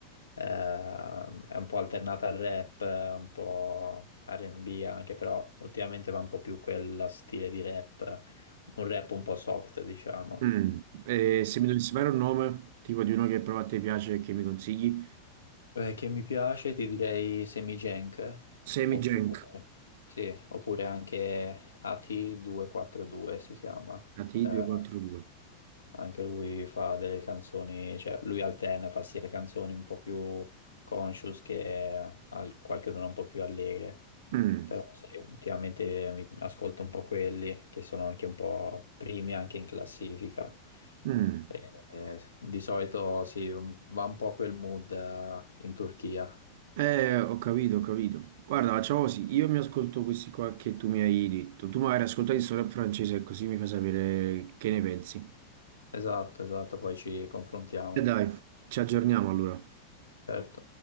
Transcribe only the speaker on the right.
Mm. E se mi dovessi fare un nome, tipo di uno che prova a te piace e che mi consigli?
Semi
Genk.
ATI
242.
Mm,
mm.
Eh, ho capito, ho capito. Guarda, facciamo così, io mi ascolto questi qua che tu mi hai detto. Tu magari ascoltati solo in francese, così mi fai sapere che ne pensi.
E dai, ci aggiorniamo allora.